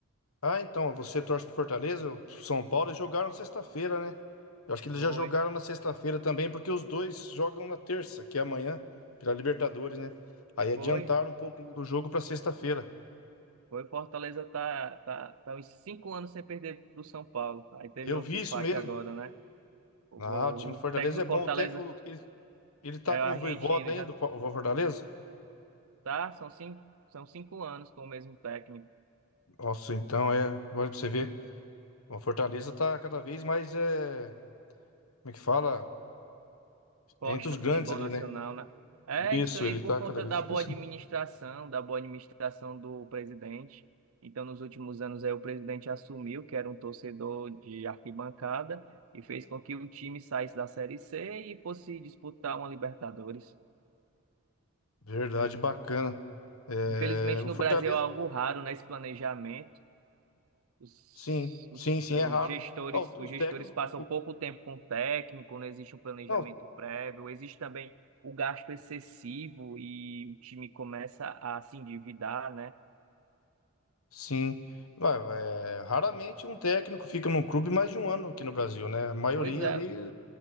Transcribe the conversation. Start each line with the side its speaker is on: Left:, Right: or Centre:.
Left: Ah, então, você torce pro Fortaleza, o São Paulo, eles jogaram sexta-feira, né? Eu acho que eles
Right: Foi,
Left: já jogaram na sexta-feira também, porque os dois jogam na terça, que é amanhã, pela Libertadores, né? Aí adiantaram
Right: foi,
Left: um pouco do jogo pra sexta-feira.
Right: foi. Fortaleza tá, tá, tá uns cinco anos sem perder pro São Paulo. Aí teve
Left: Eu
Right: outro
Left: vi
Right: empate
Left: isso mesmo.
Right: agora, né? O,
Left: Ah, o time do
Right: o
Left: Fortaleza
Right: técnico
Left: é
Right: do
Left: bom.
Right: Fortaleza
Left: O técnico, ele, ele tá
Right: é
Left: com
Right: o argentino,
Left: o Voivoda ainda,
Right: já
Left: o Fa- o Fortaleza?
Right: tá, são cinco, são cinco anos com o mesmo técnico.
Left: Nossa, então é, olha pra você ver. O Fortaleza tá cada vez mais é, Como é que fala?
Right: esporte
Left: É entre os
Right: no
Left: grandes
Right: futebol
Left: ali,
Right: nacional,
Left: né?
Right: né? É
Left: Isso,
Right: isso aí,
Left: ele
Right: por
Left: tá
Right: conta
Left: cada vez
Right: da boa
Left: crescendo.
Right: administração, da boa administração do presidente. Então, nos últimos anos, aí, o presidente assumiu que era um torcedor de arquibancada e fez com que o time saísse da Série C e fosse disputar uma Libertadores.
Left: Verdade, bacana. É,
Right: Infelizmente,
Left: o
Right: no
Left: Fortaleza,
Right: Brasil é algo raro, né, esse planejamento. Os,
Left: sim, sim,
Right: os,
Left: sim,
Right: eh,
Left: é
Right: os
Left: raro.
Right: gestores,
Left: Ó,
Right: os
Left: os
Right: gestores
Left: técnicos,
Right: passam
Left: o- o-
Right: pouco tempo com o técnico, não existe um planejamento
Left: não,
Right: prévio, existe também o gasto excessivo e o time começa a se endividar, né?
Left: sim. Vai, é, raramente um técnico fica num clube mais de um ano aqui no Brasil, né? A maioria
Right: Pois é,
Left: ali